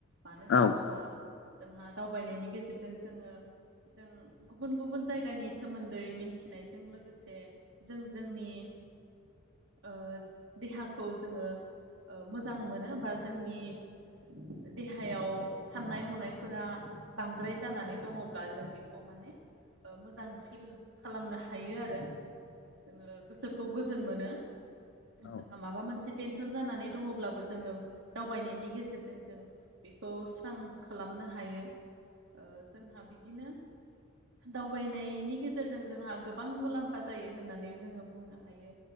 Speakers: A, on the right; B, on the left.
A: मानो होनोब्ला
B: औ
A: जोंहा दावबायनायनि गेजेरजों जोङो जों गुबुन गुबुन जायगानि सोमोनदै मिनथिनायजों लोगोसे जों जोंनि
B: <inaudible>
A: ओ देहाखौ जोङो ओ मोजां मोनो बा जोंनि
B: <inaudible>
A: देहायाव साननाय हनायफोरा बांद्राय जानानै दङब्ला जों बेखौ माने मोजां फिल खालामनो हायो आरो जोङो गोसोखौ गोजोन मोनो
B: औ
A: जोंहा माबा मोनसे टेनसन जानानै दङब्लाबो जोङो दावबायनायनि गेजेरजों जों बेखौ स्रां खालामनो हायो ओ जोंहा बिदिनो दावबायनायनि गेजेरजों जोंहा गोबां मुलाम्फा जायो होननानै जोङो बुंनो हायो